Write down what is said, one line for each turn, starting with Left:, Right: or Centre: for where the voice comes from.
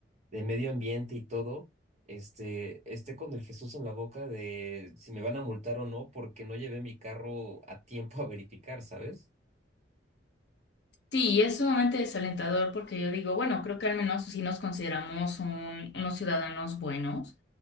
Right: de medio ambiente y todo, este, esté con el Jesús en la boca de si me van a multar o no porque no llevé mi carro a tiempo a <laughs> verificar, ¿sabes?
Left: Sí, y es sumamente desalentador porque yo digo, bueno, creo que al menos sí nos consideramos un- unos ciudadanos buenos